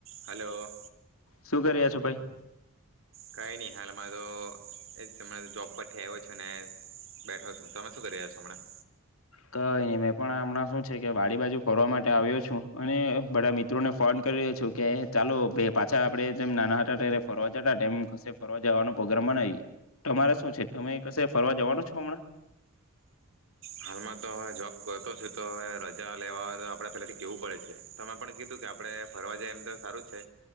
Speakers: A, on the right; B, on the left.
A: Hello, hello.
B: શું કરી્યા છો ભાઈ?
A: કઈ નઈ હાલ અમારો એજ જોબ પરથી આવ્યો છે ને બેઠો છો તમે શું કરી રહ્યા છો હમણાં.
B: ક અહીંયા મેં પણ હમણાં શું છે કે વાડી બાજુ ફરવા માટે આવ્યો છું અને બધા મિત્રોને ફોન કર્યો છું કે ચાલો પાછા આપડે જેમ નાના હતા ફરવા જતા તેમ કશે ફરવા જવાનો પ્રોગ્રામ બનાવીએ. તમારે શું છે તમે કશે ફરવા જવાનો છો હમણાં?
A: હાલમાં તો મેં જોબ. કરતો છું તો હવે રજા લેવા આપડે પેલાથી કેવું પડે છે. તમે પણ કીધું કે આપડે ફરવા જાયએ એમ તો સારું જ છે